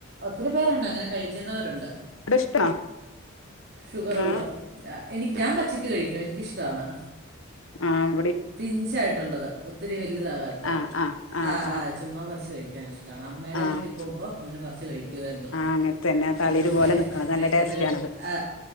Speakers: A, on the right; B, on the left.
A: ഒത്തിരി പേരുണ്ട് അങ്ങനെ കഴിക്കുന്നവരുണ്ട്
B: ഇവിടെ ഇഷ്ടാണോ
A: ഷുഗറുള്ള
B: ആ
A: എനിക്ക് ഞാൻ പച്ചക്ക് കഴിക്കും എനിക്കിഷ്ടമാണ്
B: ആഹ്
A: പിഞ്ച് ആയിട്ടുള്ളത് ഒത്തിരി വലുതാകാത്തെ
B: ആ ആ ആ
A: ആഹ്
B: ആ ആ
A: ആഹ് ചുമ്മാ പറിച്ചച്ച് കഴിക്കാൻ ഇഷ്ടമാണ് അമ്മയുടെ
B: ആ
A: വീട്ടിൽ പോകുമ്പം അങ്ങനെ പറിച്ച് കഴിക്കും കഴിക്കായിരുന്നു
B: അങ്ങനെ തന്നെ തളിര്
A: അങ്ങനത്തെ
B: പോലെ നിക്കണത് നല്ല
A: കഴിക്കുന്നൊരു
B: ടേസ്റ്റാണത്
A: ആ